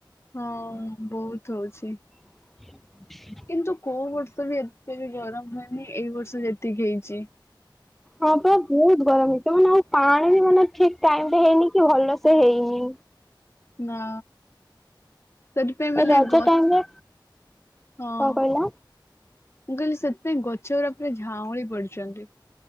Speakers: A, on the left; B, in the centre.
A: ହଁ ବହୁତ ହଉଛି।
B: ହଁ <unintelligible>
A: କିନ୍ତୁ କୋଉ ବର୍ଷ ବି ଏତେ ବି ଗରମ ହୁଏନି ଏଇ ବର୍ଷ ଯେତିକି ହେଇଛି।
B: ହଁ ପା ବହୁତ ଗରମ ହେଇଚି ମାନେ ପାଣି ବି ମାନେ ଠିକ୍ ଟାଇମରେ ହେଇନି କି ଭଲସେ ହେଇନି।
A: ନା। ସେଥିପାଇଁ ମାନେ
B: ଏ ରଜ
A: ଗ
B: ଟାଇମରେ
A: ହଁ।
B: କଣ
A: ମୁଁ
B: କହିଲ?
A: କହିଲି ସେଥିପାଇଁ ଗଛ ଉରା ପୁରା ଝାଉଁଳି ପଡୁଚନ୍ତି।